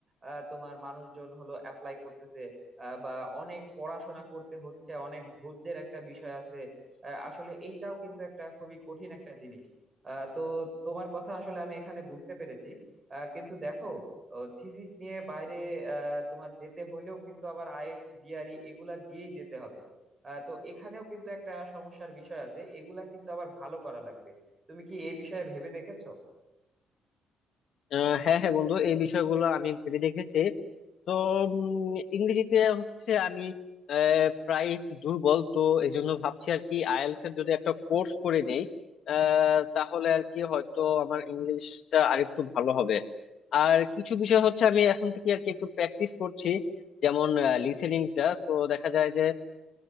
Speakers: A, on the right (about 35°); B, on the left (about 65°).
A: আহ, তোমার মানুষজন হলো অ্যাপ্লাই করতেছে আহ, বা অনেক পড়াশোনা করতে হচ্ছে অনেক ধৈর্যের একটা বিষয় আছে আহ, আসলে এইটাও কিন্তু একটা খুবই কঠিন একটা জিনিস আহ, তো তোমার কথা আসলে আমি এখানে বুঝতে পেরেছি আহ, কিন্তু দেখো থিসিস নিয়ে বাইরে আহ, তোমার যেতে হলেও কিন্তু আবার আইএলটিএস জিআরই এগুলা দিয়েই যেতে হবে আহ, তো এখানেও কিন্তু একটা সমস্যার বিষয় আছে এগুলা কিন্তু আবার ভালো করা লাগবে তুমি কি এই বিষয়ে ভেবে দেখেছো
B: আহ হ্যাঁ হ্যাঁ বন্ধু এই বিষয়গুলো আমি ভেবে দেখেছি তো উম, ইংরেজিতে হচ্ছে আমি আহ, প্রায় একটু দুর্বল তো এই জন্য ভাবছি আর কি আইএলটিএস এর যদি একটা কোর্স করে নিই আহ, তাহলে আর কি হয়তো আমার ইংলিশটা আরেকটু ভালো হবে আর কিছু বিষয় হচ্ছে আমি এখন থেকে আর কি একটু প্র্যাকটিস করছি যেমন লিসেনিংটা তো দেখা যায় যে